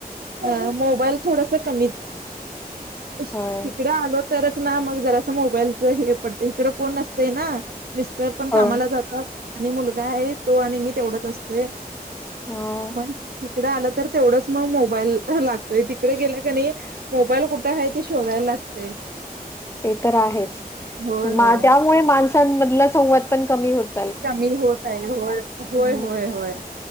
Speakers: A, on the right; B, on the left.
A: अ मोबाईल थोडासं कमीच अश..
B: होय.
A: इकडे आलो तरच ना मग जरास मोबाईल चं हे पडतय इकडे कोण असते ना मिस्टर पण
B: हो,
A: कामाला जातात आणि मुलगा आहे तो आणि मी तेवढच असतोय
B: हो.
A: भारीच की इकडं आलं तर तेवढच मग मोबाईल ह लागतोय तिकडं गेलं कणी मोबाईल कुठं आहे ते शोधायला लागतंय
B: ते तर आहेच
A: होय
B: त्यामुळे
A: होय
B: मा माणसांमधला संवाद पण कमी होतो.
A: कमी होत आहे होय
B: हं,
A: होय होय